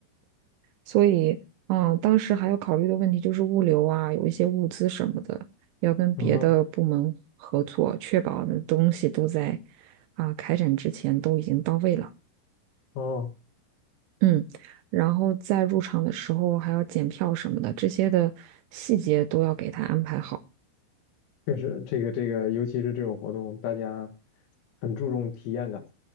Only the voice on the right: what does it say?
所以啊，当时还要考虑的问题就是物流啊，有一些物资什么的，要跟别的部门合作，
确保的东西都在啊开展之前都已经到位了。
嗯，然后在入场的时候还要检票什么的，这些的细节都要给他安排好。